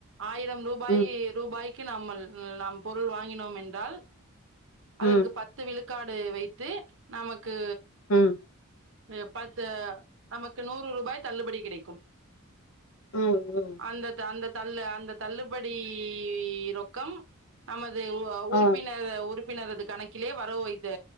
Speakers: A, on the right (about 65°); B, on the left (about 70°).
A: ஆயிரம் ரூபாய்
B: ம்,
A: ரூபாய்க்கு நம்மல் நாம் பொருள் வாங்கினோம் என்றால் அதற்கு
B: ம்,
A: பத்து விழுக்காடு வைத்து நமக்கு
B: ம்
A: எ பஸு நமக்கு நூறு ரூபாய் தள்ளுபடி கிடைக்கும்
B: ம், ம்.
A: அந்த த அந்த தள்ளு அந்த தள்ளுபடி ரொக்கம் நமது ஒ உறுப்பினர்
B: ஆ,
A: உறுப் பினரது கணக்கிலே வரவு வைத்து